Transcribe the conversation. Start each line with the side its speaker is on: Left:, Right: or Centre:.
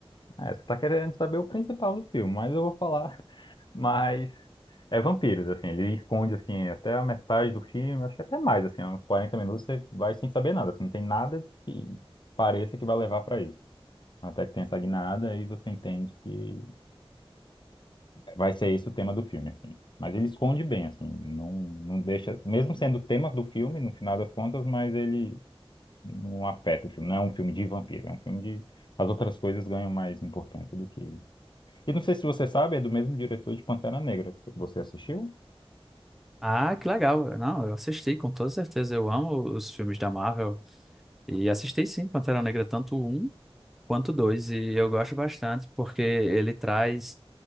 Left: É, você tá querendo saber o principal do filme, mas eu vou falar. <laughs> Mas é vampiros, assim, ele esconde assim até a metade do filme, acho que até mais, assim, uns 40 minutos você vai sem saber nada, assim, não tem nada que pareça que vai levar para isso. Até que tem essa guinada e você entende que Vai ser esse o tema do filme, assim. Mas ele esconde bem, assim, não, não deixa, mesmo sendo o tema do filme, no final das contas, mas ele não afeta o filme. Não é um filme de vampiro, é um filme de. As outras coisas ganham mais importância do que. E não sei se você sabe, é do mesmo diretor de Pantera Negra. Você assistiu?
Centre: Ah, que legal. Não, eu assisti com toda certeza. Eu amo os filmes da Marvel e assisti sim Pantera Negra, tanto o um quanto o dois, e eu gosto bastante porque ele traz